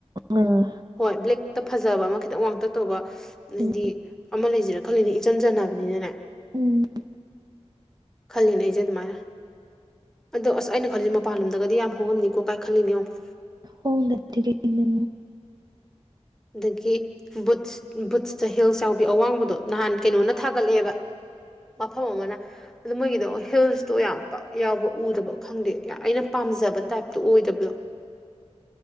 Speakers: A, on the right (about 35°); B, in the centre.
A: ꯑꯥ
B: ꯍꯣꯏ ꯕ꯭ꯂꯦꯛꯇ ꯐꯖꯕ ꯑꯃ ꯈꯤꯇꯪ ꯋꯥꯥꯛꯇꯛ ꯇꯧꯕ ꯍꯥꯏꯗꯤ
A: ꯎꯝ
B: ꯑꯃ ꯂꯩꯖꯤꯔ ꯈꯜꯂꯤꯅꯤ ꯏꯆꯟ ꯆꯟꯅꯕꯅꯤꯅꯅꯦ
A: ꯎꯝ
B: ꯈꯜꯂꯤꯅꯦ ꯑꯩꯖꯦ ꯑꯗꯨꯃꯥꯏꯅ ꯑꯗꯣ ꯑꯁ ꯑꯩꯅ ꯈꯜꯂꯤꯁꯦ ꯃꯄꯥꯟ ꯂꯣꯝꯗꯒꯗꯤ ꯌꯥꯝ ꯍꯣꯡꯉꯝꯅꯤꯀꯣ ꯀꯥꯏ ꯈꯜꯂꯤꯅꯦ ꯌꯦꯡꯉꯨ
A: ꯍꯣꯡꯗꯗꯤ ꯀꯩꯅꯣ
B: ꯑꯗꯒꯤ ꯕꯨꯠꯁ ꯕꯨꯠꯁꯇ ꯍꯤꯜ ꯌꯥꯎꯕꯤ ꯑꯋꯥꯡꯕꯗꯣ ꯅꯍꯥꯟ ꯀꯩꯅꯣꯅ ꯊꯥꯒꯠꯂꯛꯑꯦꯕ ꯃꯐꯝ ꯑꯃꯅ ꯑꯗꯨ ꯃꯣꯏꯒꯤꯗ ꯍꯤꯜꯁꯇꯣ ꯌꯥꯝ-ꯄꯥꯛ ꯌꯥꯎꯕ ꯎꯗꯕ ꯈꯪꯗꯦ ꯑꯩꯅ ꯄꯥꯝꯖꯕ ꯇꯥꯏꯞ ꯇꯣꯛꯑꯣꯏꯗꯕꯗꯣ